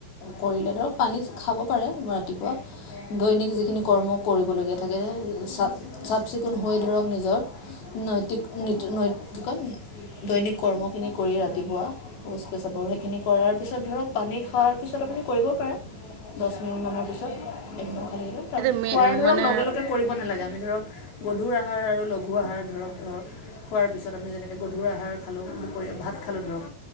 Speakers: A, on the left; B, on the right.
A: কৰিলে ধৰক পানী খাব পাৰে ৰাতিপুৱা দৈনিক যিখিনি কৰ্ম কৰিবলগীয়া থাকে চা চাফ চিকুণ হৈ ধৰক নিজৰ নৈতিক নীতি নৈ কয় দৈনিক কৰ্মখিনি কৰি ৰাতিপুৱা। শৌচ পেচাবৰ সেইখিনি কৰাৰ পিছত ধৰক পানী খোৱাৰ পিছত আপুনি কৰিব পাৰে দহ মিনিটমানৰ পিছত এই। ভাল তাৰপিছত
B: এতিয়া মে
A: খোৱাৰ ধৰক
B: মানে
A: লগে লগে কৰিব নালাগে আমি ধৰক গধুৰ আহাৰ আৰু লঘু আহাৰ। ধৰক ধৰক খোৱাৰ পিছত আমি যেনেকৈ গধুৰ আহাৰ খালোঁ দুপৰীয়া ভাত খালোঁ ধৰক।